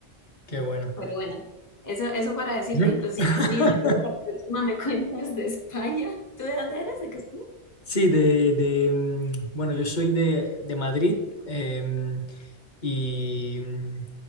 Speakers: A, on the left; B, on the left.
A: Qué bueno.
B: Pero bueno, eso, eso para decirte
A: Ujú.
B: y pues
A: <laughs>
B: igual y si quieres la próxima me <laughs> cuentas de España. ¿Tú de dónde eres? ¿De qué zona?
A: Sí, de, de, mm, bueno, yo soy de, de Madrid em, y mm,